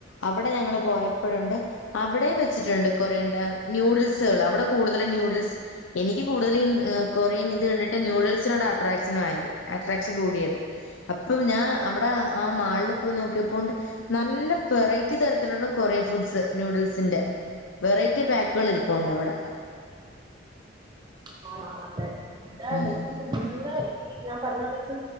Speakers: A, on the left; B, on the right.
A: അവിടെ ഞങ്ങള് പോയപ്പോഴ്ണ്ട് അവിടെ വെച്ചിട്ടുണ്ട് കൊറേണ്ട നൂഡിൽസുകൾ അവിടെ കൂടുതലും ന്യൂഡിൽസ് എനിക്ക് കൂടുതല്. കൊറിയൻ ഇത് കണ്ടിട്ട് നൂഡിൽസിനോട് അട്രാക്ഷൻ ആയത് അട്രാക്ഷൻ കൂടിയത് അപ്പം ഞാൻ. അവിടെ ആ മാളിൽ പോയി നോക്കിയപ്പോണ്ട് നല്ല വെറൈറ്റി തരത്തിലുള്ള കൊറിയൻ ഫുഡ്സ് നൂഡിൽസ് വെറൈറ്റി പാക്കുകൾ ഇരിപ്പോ ഉണ്ട് അവിടെ
B: ആ അതെ <unintelligible>
A: ഉം
B: ഈ ഞാൻ പറഞ്ഞണക്ക്